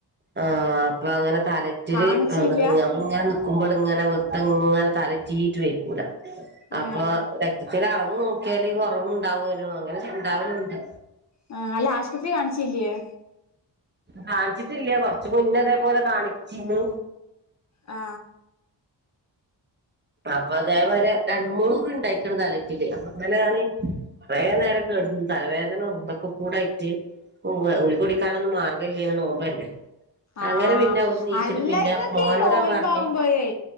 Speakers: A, on the right (about 25°); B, on the left (about 40°).
A: ആ അപ്പളങ്ങനെ തലചിറ്റല്
B: കാണിച്ചില്ല
A: വന്നട്ട് നമ്മൾങ്ങന ടക്കുമ്പോൾ ഇങ്ങനെ വെറുതങ്ങനെ തലറ്റിറ്റ് വെയ്ക്കൂല
B: ഏഹ്
A: അപ്പൊ രക് ചില അളവ് നോക്കിയാല് കുറവുണ്ടാവേനു അങ്ങനെച്ച്ണ്ടാവലുണ്ട്
B: ആ അല്ല ആശുപത്രികാണിചില്ല്യയേ
A: കാണിച്ചിട്ടില്ല കൊറച്ചുമുന്നതേപോലെ കാണിച്ചിന്നു
B: ആ
A: അപ്പൊതേവരെ
B: അല്ല
A: രണ്ട്, മൂന്ന് ണ്ടായിക്കണ് തലക്കിത് അപ്പൊതന്നെഞാന് കുറേനേരംകേടന്ന് തലവേദനിതൊക്കെ കൂടായിറ്റ് ഉവ്വ് ഗുളികടിക്കാനൊന്നും മാർഗമല്ല്യ നോമ്പല്ലേ
B: ആഹ്
A: അങ്ങനെപിന്നെ അവ്ട്ന്ന് നീച്ചിട്ട്
B: അല്ല
A: പിന്നെ
B: ഇങ്ങക്ക്
A: മോനോടാപറഞ്
B: ഈ നോൽമ്പാവുമ്പോഴേ